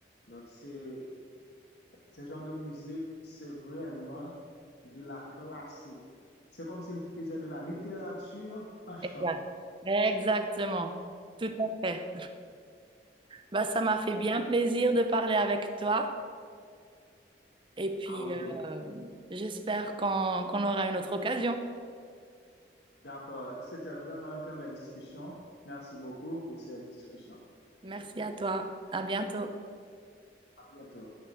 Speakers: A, on the left; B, on the right.
A: Donc, c'est, ce genre de musique, c'est vraiment de la classique. C'est comme s'ils faisaient de la littérature en chantant.
B: exact. Exactement, tout à fait. Bah, ça m'a fait bien plaisir de parler avec toi et puis
A: Ah oui,
B: euh, j'espère qu'on qu'on aura une autre occasion.
A: d'accord. C'était vraiment une très belle discussion. Merci beaucoup pour cette discussion.
B: Merci à toi, à bientôt.
A: À bientôt.